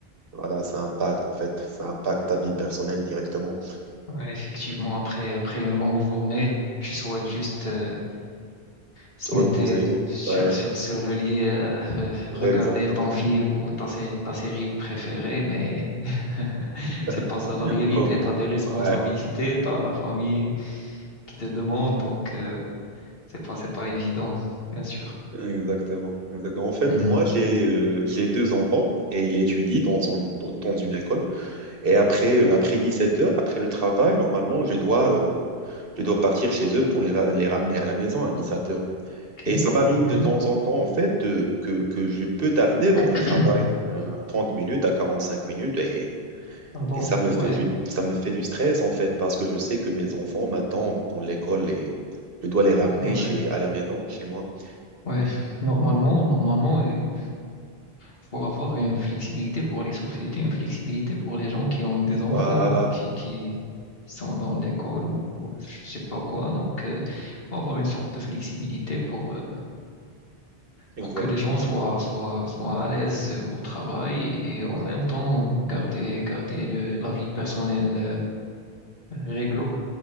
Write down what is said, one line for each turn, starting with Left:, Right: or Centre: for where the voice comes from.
Right: voilà, ça impacte en fait, ça impacte ta vie personnelle directement.
Left: Ouais, effectivement, après, après une longue journée, tu souhaites juste euh, se
Right: Te reposer,
Left: mettre sur,
Right: ouais,
Left: sur, sur le lit, euh, euh, regarder
Right: exactement.
Left: ton film ou ta, sé- ta série préférée, mais <laughs>
Right: <laughs>
Left: c'est pas ça la réalité.
Right: Oh,
Left: Tu as des responsabilités,
Right: ouais,
Left: tu as la famille qui te demande, donc euh, c'est pas, c'est pas évident, bien sûr.
Right: exactement, exactement. En fait,
Left: Mhm.
Right: moi, j'ai euh, j'ai deux enfants et elle étudie dans, un- dans une école. Et après, euh, après 17 heures, après le travail, normalement, je dois, euh, je dois partir chez eux pour les, ra- les ramener à la maison à 17 heures.
Left: Ok.
Right: Et ça m'arrive
Left: Mhm.
Right: de temps en temps, en fait, de- que, que je peux tarder dans
Left: <clears throat>
Right: le travail, euh, à 30 minutes, à 45 minutes, et,
Left: Ah bon,
Right: et ça me fait,
Left: ouais.
Right: ju- ça me fait du stress, en fait, parce que je sais que mes enfants m'attendent dans l'école et je dois les ramener
Left: Mhm. Ouais.
Right: chez, à la maison, chez moi.
Left: Ouais,
Right: Et
Left: normalement, normalement, il faut avoir une flexibilité pour les sociétés, une flexibilité pour les gens qui ont des enfants,
Right: voilà,
Left: qui, qui sont dans l'école ou, ou je sais pas quoi. Donc, il faut avoir une sorte de flexibilité pour, euh,
Right: exactement.
Left: pour que les gens soient, soient, soient à l'aise euh, au travail et en même temps euh, garder, garder le, la vie personnelle euh, réglo.